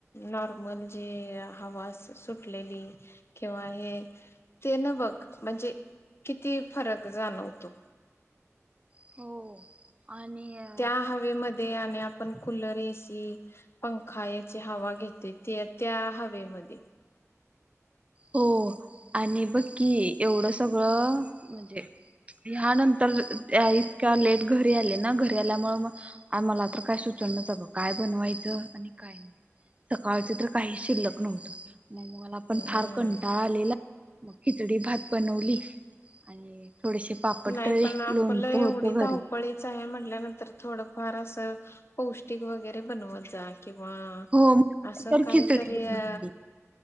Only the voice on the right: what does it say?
हो आणि अ
हो आणि बक्की एवढं सगळं म्हणजे ह्यानंतर इतका्या लेट घरी आले ना घरी आल्यामुळे मग आमाला तर काय सुचनाच अगं काय बनवायचं आणि काय नाही सकाळच तर काही शिल्लक नव्हतं मला पण
फार कंटाळ आलेला मग खिचडी भात बनवली आणि थोडेसे पापड
तळले
लोणचं
होतं
घरी
हो मग
तर
खिचडी बनवली